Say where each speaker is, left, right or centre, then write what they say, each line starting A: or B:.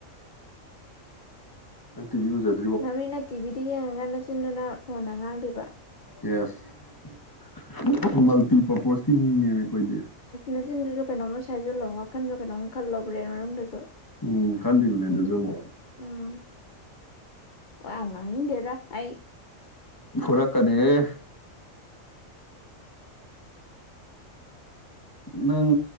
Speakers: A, on the left (about 15°); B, on the left (about 40°).
A: ꯅꯪ ꯇꯤꯕꯤ ꯎꯖꯥꯗ꯭ꯔꯣ
B: ꯅꯃꯤꯠꯅ ꯇꯤꯚꯤꯗ ꯌꯦꯡꯉꯒꯥ ꯅꯆꯤꯟꯗꯨꯅ ꯐꯣꯟꯗ ꯉꯥꯡꯗꯣꯏꯕ
A: ꯌꯦꯁ ꯃꯜꯇꯤ ꯄꯔꯄꯣꯁꯀꯤ ꯃꯤꯅꯦꯃꯦ ꯑꯩꯈꯣꯏꯗꯤ
B: ꯅꯆꯤꯟꯗꯨꯁꯨ ꯀꯩꯅꯣꯝꯃ ꯁꯥꯏꯖꯜꯂꯣ ꯋꯥꯈꯜꯟꯁꯨ ꯀꯩꯅꯣꯝ ꯈꯜꯂꯣ ꯕ꯭ꯔꯦꯟ ꯃꯅꯨꯡꯗꯁꯨ
A: ꯎꯝ ꯀꯜꯂꯤꯝꯅꯦ ꯑꯗꯨꯖꯨ ꯑꯃꯨꯛ
B: ꯎꯝ ꯋꯥ ꯌꯥꯝ ꯉꯥꯡꯅꯤꯗꯦꯗꯥ ꯑꯩ
A: ꯐꯨꯔꯛꯀꯅꯤꯍꯦ ꯅꯪ